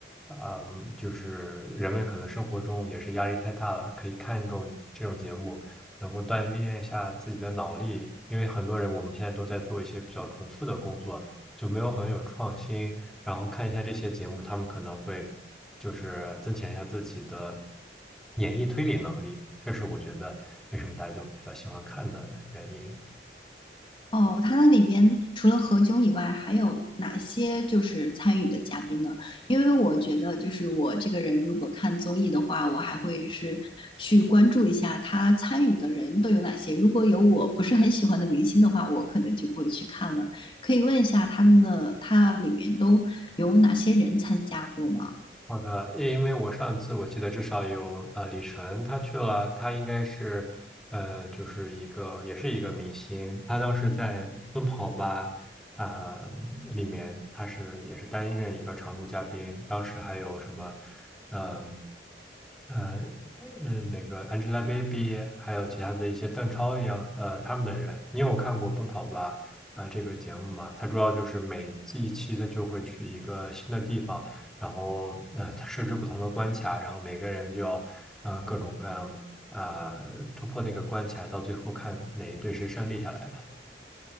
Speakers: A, in the centre; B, on the left (about 30°).
A: 啊、就是人们可能生活中也是压力太大了，可以看这种这种节目，能够锻炼一下自己的脑力，因为很多人我们现在都在做一些比较重复的工作，就没有很有创新。然后看一下这些节目，他们可能会就是增强一下自己的演绎推理能力，这是我觉得为什么大家都比较喜欢看的原因。
B: 哦，它那里边除了何炅以外，还有哪些就是参与的嘉宾呢？因为我觉得，就是我这个人如果看综艺的话，我还会是去关注一下他参与的人都有哪些。如果有我不是很喜欢的明星的话，我可能就不会去看了。可以问一下他们的，他里面都有哪些人参加过吗？
A: 好的，因为我上次我记得至少有呃李晨他去了，他应该是呃就是一个也是一个明星，他当时在《奔跑吧》啊、里面他是也是担任一个常驻嘉宾，当时还有什么嗯呃呃那个 Angelababy，还有其他的一些邓超一样呃他们的人，你有看过《奔跑吧》啊、这个节目吗？它主要就是每一期它就会去一个新的地方。然后呃设置不同的关卡，然后每个人就要呃各种各样啊、呃突破那个关卡，到最后看哪一队是胜利下来的。